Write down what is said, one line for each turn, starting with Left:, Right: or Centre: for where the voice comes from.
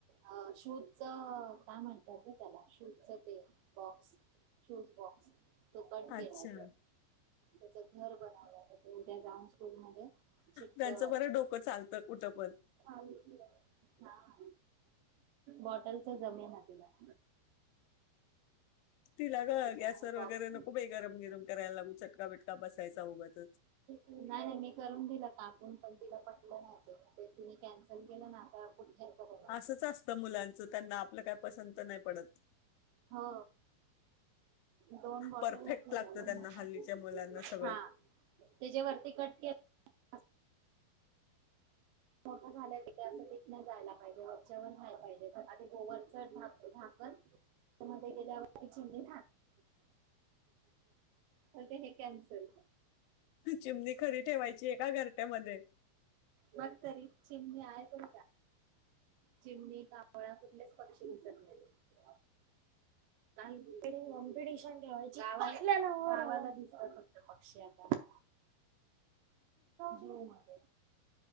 Right: अ शूजच काय म्हणतात त्याला शूजच ते बॉक्स शूज बॉक्स. तो पण केलाय.
Left: अच्छा
Right: त्याच घर बनवलय मग ते. ते जाऊन स्कूलमध्ये. चिटकवायचं
Left: त्यांचं बरं डोकं चालतं कुठं पण.
Right: <inaudible> हां बॉटलच जमीन <unintelligible>
Left: तिला ग
Right: त्याच्या
Left: गॅसवर
Right: <unintelligible>
Left: वगैरे
Right: बॉक्स
Left: नको बे गरम गिरम करायला लागू चटका बिटका बसायचा उगाच
Right: -नाही नाही मी करत नाही हां पण तिला पटल पाहिजे ना <unintelligible> आता पुठ्याच बनवते
Left: असंच असतं मुलांचं त्यांना आपलं काय पसंत नाही पडत
Right: हो दोन बॉटल
Left: परफेक्ट
Right: हे केल्या
Left: लागतं त्यांना हल्लीच्या मुलांना सगळं
Right: हा त्याच्या वरती कट के <unintelligible> मोठं झालंय तिथे असं तिथन जायला पाहिजे वरच्यावर नाय पाहिजे आधी वरच झाकण - तर मध्ये गेल्या <unintelligible> चिमणी तर ते हे कॅन्सल
Left: चिमणी खरी ठेवायची एका घरट्यामध्ये
Right: मग तरी चिमणी आहेतच का चिमणी कांवळा कुठलेच पक्षी दिसत नाहीत काहीतरी कॉम्पिटिशन ठेवायची <unintelligible> दगावाला दिसतात फक्त पक्षी आता जीवमधे